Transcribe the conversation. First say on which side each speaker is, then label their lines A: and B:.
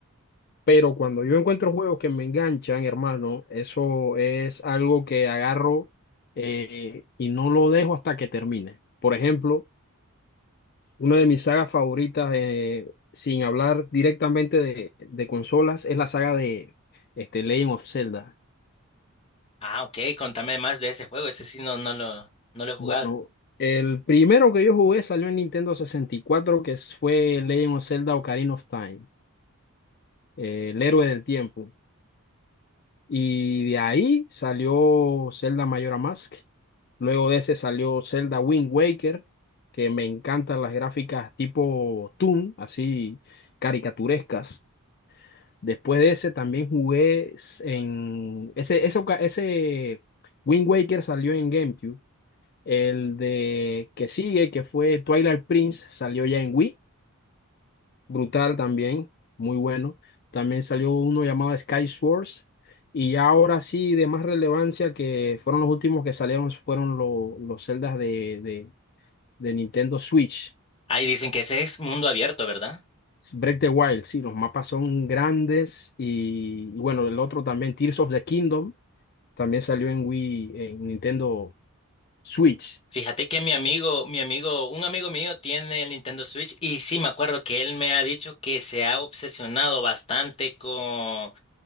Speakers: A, on the left; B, on the left.
A: Pero cuando yo encuentro juegos que me enganchan, hermano, eso es algo que agarro eh, y no lo dejo hasta que termine. Por ejemplo, una de mis sagas favoritas, eh, sin hablar directamente de, de consolas, es la saga de este, Legend of Zelda.
B: Ah, ok, contame más de ese juego, ese sí no, no lo, no lo he jugado.
A: Bueno, el primero que yo jugué salió en Nintendo sesenta y cuatro que es- fue Legend of Zelda Ocarina of Time, eh, el héroe del tiempo. Y de ahí salió Zelda Majora Mask. Luego de ese salió Zelda Wind Waker, que me encantan las gráficas tipo Toon, así caricaturescas. Después de ese también jugué s- en... Ese, ese, oca- ese Wind Waker salió en GameCube. El de que sigue, que fue Twilight Prince, salió ya en Wii, brutal también, muy bueno. También salió uno llamado Sky Swords. Y ya ahora sí, de más relevancia, que fueron los últimos que salieron, fueron lo- los celdas de, de, de Nintendo Switch.
B: Ahí dicen que ese es mundo abierto, ¿verdad?
A: Break the Wild, sí, los mapas son grandes. Y, y bueno, el otro también, Tears of the Kingdom, también salió en Wii, en Nintendo Switch.
B: Fíjate que mi amigo, mi amigo, un amigo mío tiene el Nintendo Switch y sí me acuerdo que él me ha dicho que se ha obsesionado bastante con